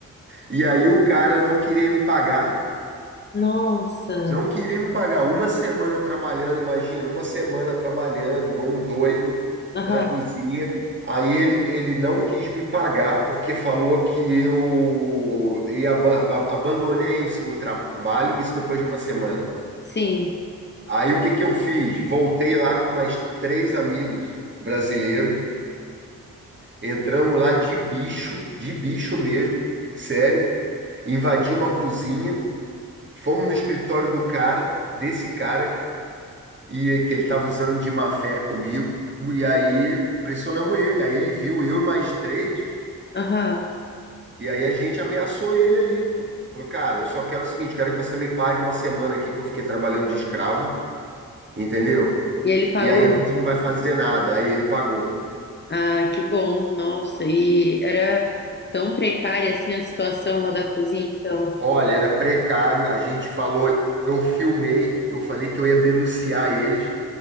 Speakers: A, on the right; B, on the left.
A: E aí o cara não queria me pagar,
B: nossa.
A: não queria me pagar. Uma semana eu trabalhando, imagina, uma semana trabalhando, igual um doido,
B: Aham,
A: na cozinha. Aí ele, ele não quis me pagar, porque falou que eu ia, aba- aba- abandonei o, s- o trabalho, isso depois de uma semana.
B: sim.
A: Aí o que que eu fiz? Voltei lá com mais três amigos brasileiros. Entramos lá de bicho, de bicho mesmo, sério. Invadimos a cozinha, fomos no escritório do cara, desse cara, e que ele estava usando de má fé comigo. E aí pressionamos ele. Aí ele viu eu e mais três,
B: Aham.
A: e aí a gente ameaçou ele ali. Falou, cara, eu só quero o seguinte, quero que você me pague uma semana aqui que eu fiquei trabalhando de escravo, entendeu?
B: E ele pagou?
A: E aí a gente não vai fazer nada. Aí ele pagou.
B: Ah, que bom. Nossa, e era tão precária assim a situação lá da cozinha, então.
A: Olha, era precário, a gente falou, eu filmei, eu falei que eu ia denunciar eles,